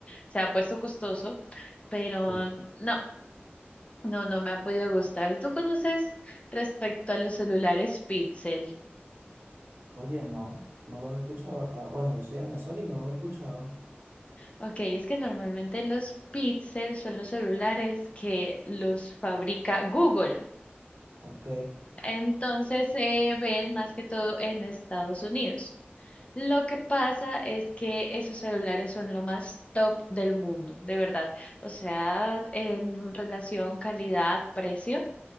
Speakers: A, on the left; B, on the right.
A: se ha puesto costoso, pero
B: Sí.
A: no. No, no me ha podido gustar. ¿Tú conoces respecto a los celulares Pixel?
B: Oye, no, no los he escuchado acá. Bueno, yo soy de Venezuela y no los he escuchado.
A: Ok, es que normalmente los Pixel son los celulares que los fabrica Google.
B: Ok,
A: Entonces se ven más que todo en Estados Unidos. Lo que pasa es que esos celulares son lo más top del mundo, de verdad. O sea, en relación calidad-precio.